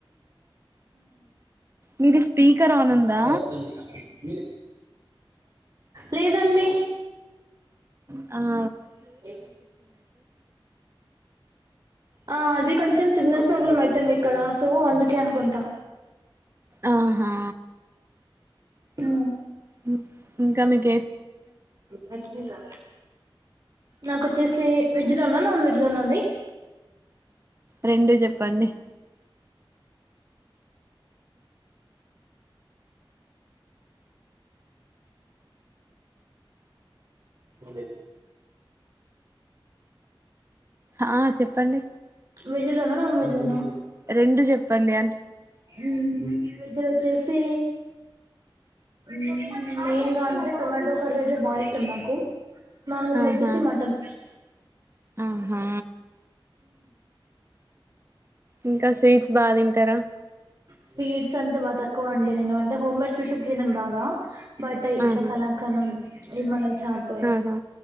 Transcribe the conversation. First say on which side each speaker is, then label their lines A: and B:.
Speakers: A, on the right; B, on the right.
A: మీది స్పీకర్ ఆన్ ఉందా
B: <unintelligible> ఆ లేదండి
A: అ
B: <unintelligible> ఆ అది కొంచెం కొంచెం సిగ్నల్ ప్రాబ్లమ్ అయితుంది ఇక్కడ సో అందుకే అనుకుంటా
A: ఆహా
B: ఆమ్
A: ఉమ్ ఇంకా మీ కి
B: కర్జూరాల నాకు వొచ్చేసి వెజ్ లోనా నాన్ వెజ్ లోనా అండి
A: రెండు చెప్పండి
B: నువ్వే
A: ఆ చెప్పండి
B: వెెజ్ లోన నాన్ వెజ్ లోన
A: రెండు చెప్ప ప్పండి
B: ఉమ్ వెజ్ లో వచ్చేసి ఉమ్ మెయిన్ గా అంటే టమాటో కర్రీ అంటే బాగా ఇష్టం నాకు నాన్ వెజ్
A: ఆహా
B: లోవచ్చేసి మటన్
A: ఆహా ఇంకా స్వీట్స్ బా తింటారా
B: స్వీట్స్ అంటే బాగా తక్కువ అండి నేను అంటే హోమ్ మేడ్ స్వీట్స్ అయితే తినను బాగా బట్ ఇట్లా
A: ఆహా
B: కళా కనులు ఇ మల్ల చా తో
A: ఆహా